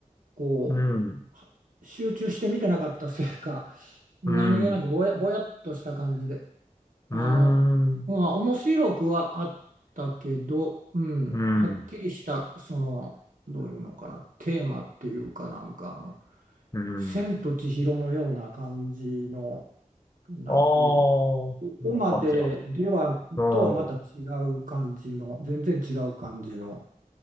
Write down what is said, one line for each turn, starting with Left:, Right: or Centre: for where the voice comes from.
Right: こう、
Left: うん、
Right: は集中して見てなかったせいか、何気なくぼや、
Left: うん、
Right: ぼやっとした感じで、
Left: うん、
Right: あの、まあ、面白くはあったけど、うん、
Left: うん、
Right: はっきりした、その、どういうのかな、テーマっていうかなんか、あの、
Left: うん、
Right: 千と千尋のような感じの、なんというか、
Left: ああ、こんな感じなんだ。
Right: ここまででは、
Left: うん、
Right: とはまた違う感じの、全然違う感じの、